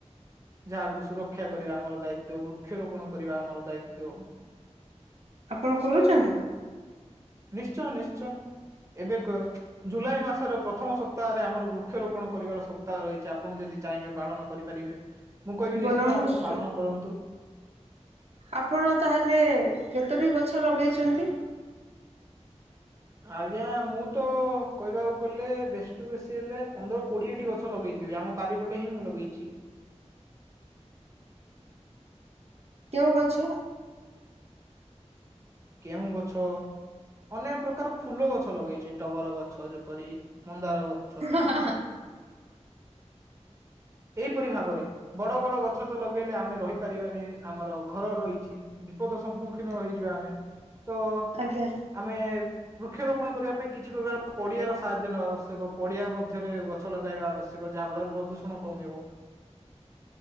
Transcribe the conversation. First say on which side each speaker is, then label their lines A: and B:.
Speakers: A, on the right (about 25°); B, on the right (about 60°).
A: ଯାହାକୁ ସୁରକ୍ଷା କରିବା ଆମର ଦାୟିତ ବୃକ୍ଷରୋପଣ କରିବା ଆମର ଦାୟିତ?
B: ଆପଣ କରୁଛନ୍ତି?
A: ନିଶ୍ଚୟ ନିଶ୍ଚୟ ଏବେ କ ଜୁଲାଇ ମାସର ପ୍ରଥମ ସପ୍ତାହରେ ଆମର ବୃକ୍ଷରୋପଣ କରିବାର ସପ୍ତାହ ରହିଛି ଆପଣ ଯଦି ଚାହିଁବେ ପାଳନ କରିପାରିବେ ମୁଁ କହିବି
B: ବନ
A: ନିଶ୍ଚୟ
B: ମହୋତ୍ସବ?
A: ଆପଣ ପାଳନ କରନ୍ତୁ।
B: ଆପଣ ତାହେଲେ କେତୋଟି ଗଛ ଲଗେଇଛନ୍ତି?
A: ଆଜ୍ଞା ମୁଁ ତ କହିବାକୁ ଗଲେ ବେଶୀଠୁ ବେଶୀ ହେଲେ ପନ୍ଦର କୋଡ଼ିଏଟି ଗଛ ଲଗେଇଛି। ଆମ ବାରିପଟେ ହିଁ ମୁଁ ଲଗେଇଛି।
B: କେଉଁ ଗଛ?
A: କେଉଁ ଗଛ ଅନେକ ପ୍ରକାର ଫୁଲ ଗଛ ଲଗେଇଛି ଟଗର ଗଛ ଯେପରି ମନ୍ଦାର ଗଛ
B: ହଁ ହିଁ ହିଁ
A: ଏଇପରି ଭାବରେ ବଡ ବଡ ଗଛ ତ ଲଗେଇଲେ ଆମେ ରହିପାରିବାନି ଆମର ଘର ରହିଛି। ବିପଦ ସମ୍ମୁଖୀନ ହେଇଯିବା ଆମେ ତ
B: ଆଜ୍ଞା
A: ଆମେ ବୃକ୍ଷରୋପଣ କରିବା ପାଇଁ କିଛି ପ୍ରକାର ପଡିଆର ସାହାଯ୍ୟ ନେବା ଆବଶ୍ୟକ ପଡିଆ ମଧ୍ୟରେ ଗ ଗଛ ଲଗାଇବା ଆବଶ୍ୟକ ଯାହାଫଳରେ ପ୍ରଦୂଷଣ କମିବ।